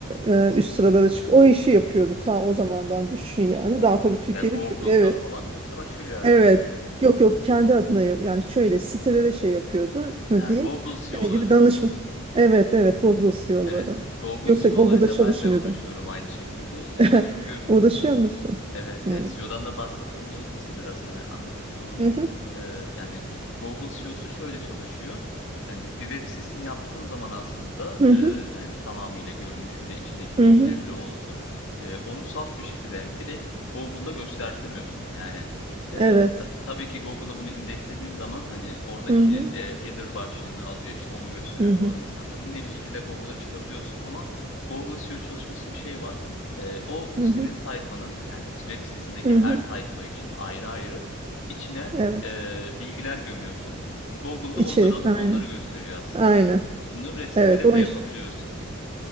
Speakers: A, on the right; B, on the left.
A: e,
B: CEO.
A: üst sıralara çık. O işi yapıyordu
B: Hı hı.
A: ta o zamandan düşün yani.
B: Oha.
A: Daha tabii Türkiye'de
B: Ve Google'da
A: çok evet.
B: falan mı yoksa başka bir yerde
A: Evet.
B: mi?
A: Yok yok kendi adına yap- yani şöyle sitelere şey yapıyordu. Ne
B: Ha,
A: diyeyim?
B: Google CEO'ları.
A: Senin gibi danışma. Evet evet Google CEO'ları.
B: Evet evet. Google
A: Yoksa
B: CEO'larıyla
A: Google'da çalışmıyordu.
B: ben de uğraşıyorum aynı şekilde. Yani
A: <laughs>
B: çünkü
A: Uğraşıyor musun?
B: Evet
A: Hı.
B: yani CEO'dan da bahsetmem gerekirse biraz hani anlatmış olayım.
A: Hı
B: Ee, yani Google CEO'su şöyle çalışıyor. Yani bir web sitesini yaptığın zaman aslında
A: Hı
B: e,
A: hı,
B: yani tamamıyla görünüşüyle içindeki
A: hı
B: bilgileriyle
A: hı,
B: olsun e, onu saf bir şekilde yani direkt Google'da göstertemiyorsun. Yani e,
A: evet.
B: ta- tabii ki Google'a bunu indekslediğin zaman hani oradaki
A: Hı hı,
B: e, header başlığını alıyor işte onu gösteriyor
A: hı hı,
B: falan insanları. Yine bir şekilde Google'a çıkabiliyorsun ama Google SEO çalışması bir şey var. Ee, o
A: hı
B: senin
A: hı,
B: sayfanın yani web sitesindeki
A: hı
B: her
A: hı,
B: sayfa için ayrı ayrı içine
A: evet.
B: e, bilgiler gömüyorsun. Google'da
A: İçerik,
B: onları alıp
A: aynı.
B: onları gösteriyor aslında.
A: Aynı.
B: Bunun resimleri
A: Evet, o
B: bile
A: iş.
B: yapabiliyorsun.